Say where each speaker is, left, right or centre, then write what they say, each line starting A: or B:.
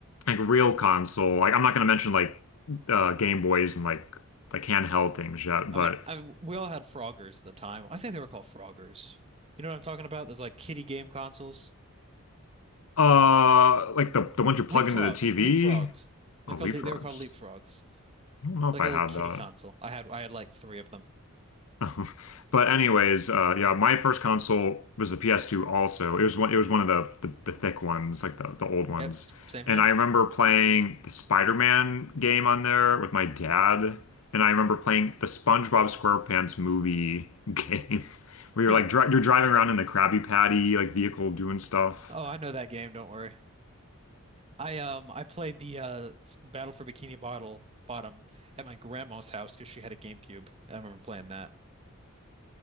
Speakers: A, on the left; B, on the right.
A: like real console, like I'm not gonna mention like uh Game Boys and like like handheld things yet,
B: I
A: but
B: mean, I we all had Froggers at the time. I think they were called Froggers. You know what I'm talking about? Those like kiddie game consoles.
A: Uh, like the the ones you plug
B: Leapfrogs,
A: into the TV.
B: Leapfrogs. They're
A: Oh,
B: called
A: leapfrogs.
B: Le they were called Leapfrogs.
A: I don't know if
B: Like
A: I
B: a little
A: had
B: kiddie
A: that.
B: console. I had I had like three of them.
A: <laughs> But anyways, uh, yeah, my first console was the PS2 also. It was one. It was one of the the, the thick ones, like the the old ones.
B: Yep, same
A: And
B: here.
A: I remember playing the Spider-Man game on there with my dad. And I remember playing the SpongeBob SquarePants movie <laughs> game, where you're
B: Huh.
A: like dri you're driving around in the Krabby Patty like vehicle doing stuff.
B: Oh, I know that game. Don't worry. I um I played the uh s- Battle for Bikini Bottle Bottom at my grandma's house because she had a GameCube. I remember playing that.